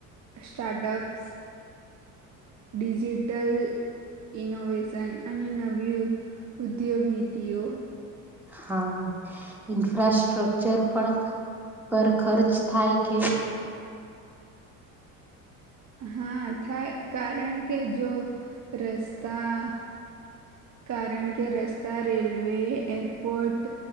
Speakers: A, on the right; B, in the centre.
A: સ્ટાર્ટઅપ્સ ડિજિટલ- - ઇનોવેશન અને નવી, ઉદ્યોગ નીતિઓ- -
B: હા, ઇન્ફ્રાસ્રક્ચર પણ- - પર ખર્ચ થાય કે?
A: હા, થાય કારણ કે જો રસ્તા- - કારણ કે રસ્તા, રેલવે- - એરપોર્ટ